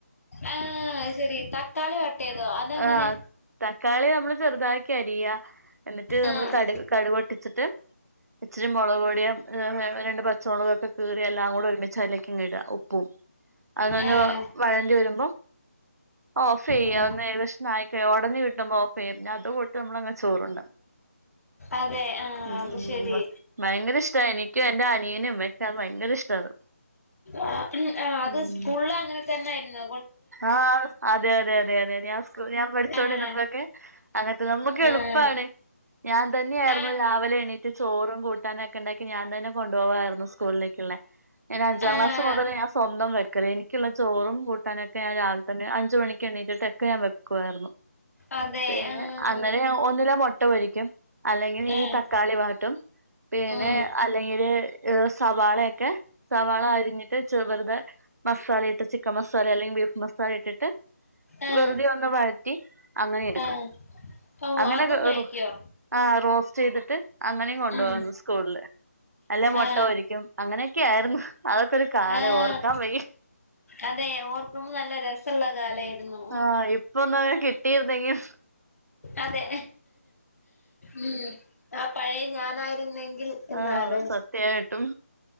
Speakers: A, on the left; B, on the right.
A: ഏഹ് അത് ശരി തക്കാളി വാട്ടിയതോ അതെങ്ങനെ
B: ആഹ് തക്കാളി നമ്മള് ചെറുതാക്കി അരിയ എന്നിട്ട് നമ്മള്
A: ആഹ്
B: കടു കടുക്‌ പൊട്ടിച്ചിട്ട് ഇച്ചിരി മുളക് പൊടിയും ഏഹ് രണ്ട് പച്ചമുളകൊക്കെ കീറിയ എല്ലാം കൂടെ ഒരുമിച്ചതിലേക്ക് ഇങ്ങനെ ഇട ഉപ്പും അത് നല്ലോം
A: ആഹ്
B: വഴണ്ടി വരുമ്പം ഓഫ് ചെയ്യാം
A: ഉം
B: ഒന്ന് ഏകദേശം ഒന്നായൊക്കെ ഒടഞ്ഞ് കിട്ടുമ്പൊ ഓഫ് ചെയ്യാം അത് കൂട്ടി നമ്മളങ്ങനെ ചോറുണ്ണും
A: അതെ ആഹ്
B: ഉം
A: അത്
B: ഉം
A: ശരി
B: വ ഭയങ്കര ഇഷ്ട എനിക്കും എന്റെ അനിയനും ഉമ്മയക്കെ അത് ഭയങ്കര ഇഷ്ട അത്
A: ആഹ് ആഹ് അത്
B: ഉം
A: സ്കൂളില് അങ്ങനെ തന്നെയിരുന്നു
B: ആഹ് അതെ അതെ അതെ അതെ ഞാൻ സ്കു ഞാൻ പഠിച്ചോണ്ടിന്നപൊക്കെ
A: ആഹ്
B: അങ്ങൻത്തത നമ്മക്ക് എളുപ്പാണ്
A: ആഹ്
B: ഞാൻ തന്നെയായിരുന്നു
A: ആഹ്
B: രാവിലെ എണീറ്റ് ചോറും കൂട്ടാനൊക്കെണ്ടാക്കി ഞാൻ തന്നെ കൊണ്ടുപോകായിരുന്നു സ്കൂളിലേക്കുള്ളെ ഞാൻ അഞ്ചാം
A: ആഹ്
B: ക്ലാസ് മുതല് ഞാൻ സ്വന്തം വെക്കല എനിക്കുള്ള ചോറും കൂട്ടാനൊക്കെ ഞാൻ രാവി തന്നെ അഞ്ച് മണിക്ക് എണീറ്റിട്ടൊക്ക ഞാൻ വെക്കുവായിരുന്നു
A: അതെ
B: പിന്നെ
A: ആഹ്
B: അന്നേരം ഞാൻ ഒന്നില മൊട്ട പൊരിക്കും അല്ലെങ്കിൽ ഈ
A: ആഹ്
B: തക്കാളി വാട്ടും പിന്നെ
A: ഉം
B: അല്ലെങ്കില് സവാളെ ഒക്കെ സവാള അരിഞ്ഞിട്ട് ചെർ വർതെ മസാലയിട്ട് ചിക്കൻ മസാല അല്ലെങ്കിൽ ബീഫ് മസാല ഇട്ടിട്ട്
A: ആഹ്
B: വെറുതെ ഒന്ന് വഴറ്റി അങ്ങനെ എടുക്കും
A: ആഹ് ഓഹ്
B: അങ്ങനെ
A: അതും
B: ഒരു
A: കഴിക്കോ
B: റു ആഹ് റോസ്റ്റ് ചെയ്തിട്ട് അങ്ങനെയും കൊണ്ട്
A: ഉം
B: പോയിണ് സ്കൂളില് അല്ലെ മുട്ട
A: ആഹ്
B: പൊരിക്കും അങ്ങനെയൊക്കെ ആയിരുന്നു അതൊക്കെ ഒരു കാലം
A: ആഹ്
B: ഓർക്കാൻ വയ്യ
A: അതെ ഓർക്കുമ്പോ നല്ല രസള്ള കാലായിരുന്നു
B: ആഹ് ഇപ്പൊ ഒന്ന് കിട്ടിയിരുന്നെങ്കിൽ
A: അതെ ഉം ആ പഴയ ഞാനായിരുന്നെങ്കിൽ എന്നാലോചി
B: ആഹ് സത്യായിട്ടും